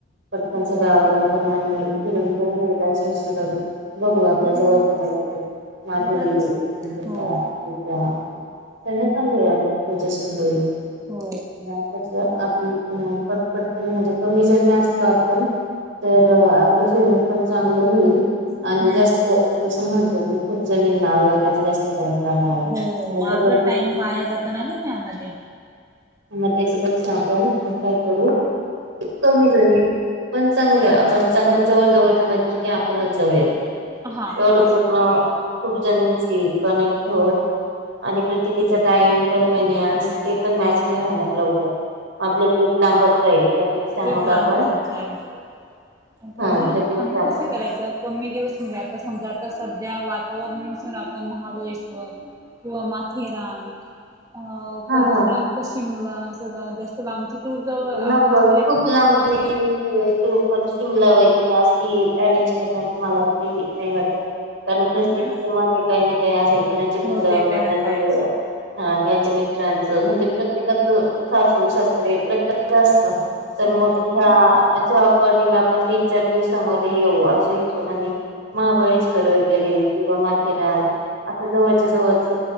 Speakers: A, on the right (about 85°); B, on the right (about 20°).
A: पण त्यांच
B: ह
A: गावरान पणा आणि फिरून पण होईल अशा हिशोबा बघू आपल्या
B: अंतरीण
A: जवळच्या मैत्रिणी माधुरी
B: हे ब आता
A: संध्या
B: हो
A: पूजा त्यांना सांगुयात पूजा शिंदे
B: हो
A: मग कस आपली पटपट पण म्हणजे कमी जणी असते मं आपण तर आपलं फिरून पण चांगलं होईल
B: हम्म
A: आणि जास्त जस म्हणतो की खूप जनींना आवर न्यास जास्त टाइम राहणार
B: हो
A: मग
B: आपला
A: सग
B: टाइम वाया जातो ना ग त्यामध्ये
A: मग त्याच्यापेक्षा आपण काय करू कमी झाली पण चांगलं आपण चांगलं जवळ जवळच्या मैत्रिणी आपणच जाऊयात
B: हा
A: एवढं
B: असं
A: पूर्ण
B: करूया
A: खूप जनींची कनेक्ट होत आणि प्रत्येकीचा टाइम कनव्हीनीयन्स ते पण मॅच नाही होणार लवकर आपले ट्रिप लांबत जाईल त्यापेक्षा
B: ट्रीप
A: मग आपण
B: लांबत जाईल आता
A: हा त्यापेक्षा
B: आणि
A: आपण
B: कस करायचं मी दिवस म्हजे आता समजा आता सध्या वातावरनानुसार आपण महाबळेश्वर किंवा माथेरान अ
A: हा
B: का दुसरं
A: हा
B: शिमला अस जास्त लांबची टूर जवळ अरेंज
A: नको
B: करायची
A: खूप
B: का
A: लांबची
B: जवळची हम्म
A: टूर पण शिमला वगैरे अशी अरेंज करणार तर मला तरी नाही वाटत कारण प्रत्येकीच्या
B: हम्म
A: मागे काही ना काही आहे कोणाची मुलं
B: हो ते तर
A: कोणाचं
B: आहेच
A: हा त्यांच्या मित्रांचं म्हणजे प्रत्येकाचं सासू सासरे प्रत्येका असत तर
B: हो
A: मग ह्या च्या अकॉर्डिंग पण तीन चार दिवसामध्ये येऊ अशा हिशोबाने महाबळेश्वर वगैरे किंवा माथेरान असं जवळच्या जवळच